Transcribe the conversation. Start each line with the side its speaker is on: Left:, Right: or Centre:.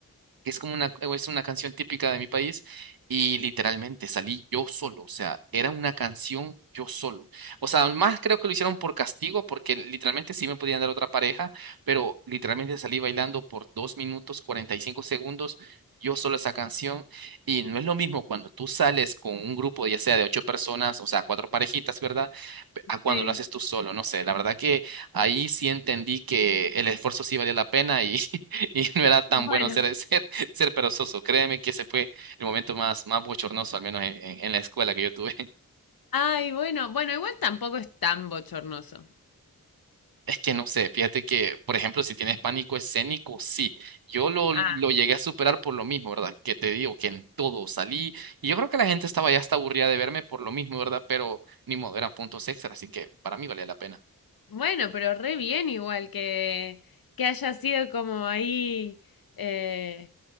Right: que es como una, es una canción típica de mi país, y literalmente salí yo solo, o sea, era una canción yo solo. O sea, más creo que lo hicieron por castigo, porque literalmente sí me podían dar otra pareja, pero literalmente salí bailando por dos minutos 45 segundos yo solo esa canción, y no es lo mismo cuando tú sales con un grupo, ya sea de ocho personas, o sea, cuatro parejitas, ¿verdad? A cuando
Left: sí,
Right: lo haces tú solo, no sé, la verdad que ahí sí entendí que el esfuerzo sí valía la pena y, <laughs> y no era tan
Left: bueno.
Right: bueno hacer eso ser perezoso. Créeme que ese fue el momento más, más bochornoso, al menos en, en- en la escuela que yo tuve. <laughs>
Left: Ay, bueno, bueno, igual tampoco es tan bochornoso.
Right: Es que no sé, fíjate que, por ejemplo, si tienes pánico escénico, sí. Yo lo,
Left: Ah,
Right: lo llegué a superar por lo mismo, ¿verdad? Que te digo que en todo salí. Y yo creo que la gente estaba ya hasta aburrida de verme por lo mismo, ¿verdad? Pero ni modo, eran puntos extra, así que para mí valía la pena.
Left: bueno, pero re bien igual que, que haya sido como ahí, eh,